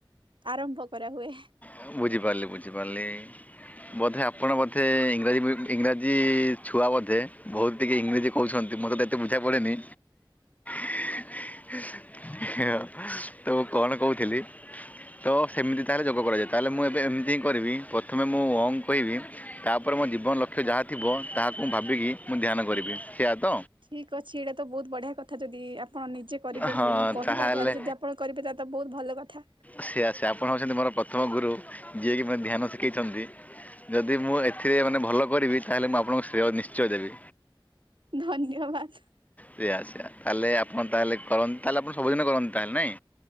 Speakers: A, on the right; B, on the left.
A: ଆରମ୍ଭ କରାହୁଏ।
B: ହଁ, ବୁଝିପାରିଲି, ବୁଝିପାରିଲି। ବୋଧେ, ଆପଣ ବୋଧେ! ଇଂରାଜୀ ବି ଇଂରାଜୀ-ଇ ଛୁଆ ବୋଧେ, ବହୁତ ଟିକେ ଇଂରେଜୀ କହୁଛନ୍ତି, ମତ ତ ଏତେ ବୁଝା ପଡ଼େନି।
A: <inaudible>
B: ତ କଣ କହୁଥିଲି? ତ ସେମିତି ତାହେଲେ ଯୋଗ କରାଯାଏ। ତାହେଲେ ମୁଁ ଏବେ ଏମିତି ହିଁ କରିବି, ପ୍ରଥମେ ମୁଁ ଓଙ୍ଗ୍ କହିବି। ତା'ପରେ ମୋ ଜୀବନ ଲକ୍ଷ୍ୟ ଯାହା ଥିବ, ତାହାକୁ ମୁଁ ଭାବିକି ମୁଁ ଧ୍ୟାନ କରିବି। ସେଇଆ ତ?
A: ଠିକ୍ ଅଛି ଏଇଟା ତ ବହୁତ ବଢିଆ କଥା। ଯଦି ଆପଣ ନିଜେ କରିବେ,
B: ହଁ
A: ମୁଁ କହିବା
B: ତାହେଲେ
A: ଦ୍ଵାରା ଯଦି ଆପ୍ ଆପଣ କରିବେ, ତା ତ ବହୁତ ଭଲ କଥା।
B: ସେଆ, ସେଆ, ଆପଣ ହଉଛନ୍ତି ମୋର ପ୍ରଥମ ଗୁରୁ। ଯିଏକି ମାନେ ଧ୍ୟାନ ଶିଖେଇଛନ୍ତି। ଯଦି ମୁଁ ଏଥିରେ ମାନେ ଭଲ କରିବି! ତାହେଲେ ମୁଁ ଆପଣଙ୍କ ଶ୍ରେୟ ନିଶ୍ଚୟ ଦେବି।
A: ଧନ୍ୟ-ଅ-ଅ-ଅ-ବାଦ।
B: ସେଆ, ସେଆ, ତାହେଲେ, ଆପଣ ତାହେଲେ କରନ୍ତି, ତାହେଲେ ଆପଣ ସବୁଦିନ କରନ୍ତି, ତାହେଲେ ନାଇଁ?